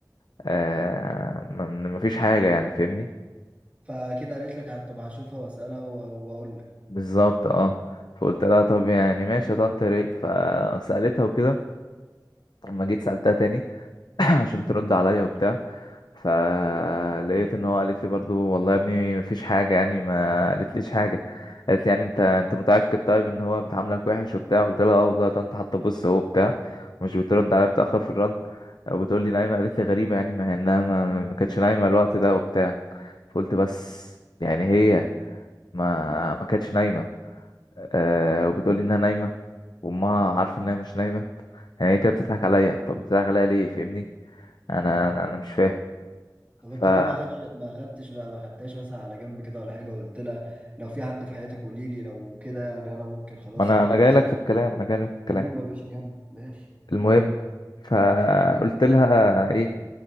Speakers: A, on the left (about 75°); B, on the right (about 20°).
A: آه، م- مفيش حاجه يعني فاهمني
B: فكده قالت لك طب هشوفها واسالها و- واقول لك
A: بالظبط اه فقلت لها طب يعني ماشي يا طنط يا ريت فسالتها وكده لما جيت سالتها تاني <coughs> <clears throat> عشان ترد عليا وبتاع فلقيت ان هو قالت لي برضو والله يا ابني مفيش حاجه يعني ما قالت ليش حاجه قالت لي يعني انت انت متاكد طيب ان هو بتعاملك وحش وبتاع قلت لها اه والله يا طنط حتى بص هو بتاع مش بترد عليا بتاخر في الرد وبتقول لي نايمه قالت لي غريبه يعني ما هي انها ما, ما كانتش نايمه الوقت ده وبتاع فقلت بس يعني هي ما ما كانتش نايمه أه وبتقول لي انها نايمه وامها عارفه انها مش نايمه يعني هي كده بتضحك عليا طب بتضحك عليا ليه فاهمني انا
B: حلو
A: انا أنا مش
B: طب انت
A: فاهم
B: ليه ما خدش ما خدتش ما ما خدتهاش مثلا على جنب كده ولا حاجه وقلت لها لو في حد في حياتك قولي لي لو كده يعني انا ممكن خلاص
A: ما انا
B: عادي
A: انا جاي
B: أفس-
A: لك في الكلام انا جاي لك في الكلام
B: حلو يا باشا كمل ماشي
A: المهم فقلت
B: ودي
A: لها ايه